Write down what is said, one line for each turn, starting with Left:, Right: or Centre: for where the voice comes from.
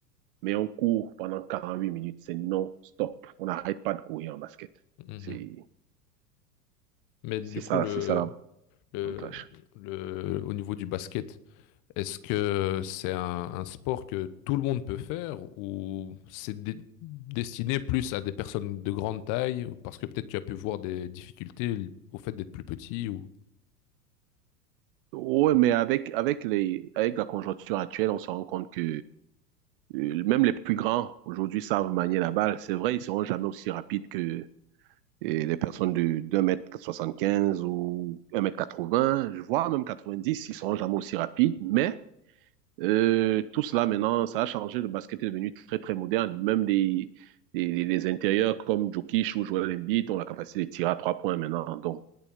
Right: mais on court pendant 48 minutes. C'est non-stop. On n'arrête pas de courir en basket.
Left: mhm.
Right: C'est,
Left: Mais du
Right: c'est ça,
Left: coup, le,
Right: c'est ça l'avantage.
Left: le, le- au niveau du basket, est-ce que c'est un, un sport que tout le monde peut faire ou c'est dé- destiné plus à des personnes de grande taille ou- parce que peut-être tu as pu voir des difficultés li- au fait d'être plus petit ou...
Right: Oui, mais avec, avec les, avec la conjoncture actuelle, on se rend compte que euh, même les plus grands aujourd'hui savent manier la balle. C'est vrai, ils seront jamais aussi rapides que euh, les personnes de 2 soixante-quinze ou 1m80, je vois même 90, ils seront jamais aussi rapides. Mais euh, tout cela maintenant, ça a changé. Le basket est devenu très, très moderne. Même les, les, les intérieurs comme Jokic ou Joel Embiid ont la capacité de tirer à trois points maintenant. Donc,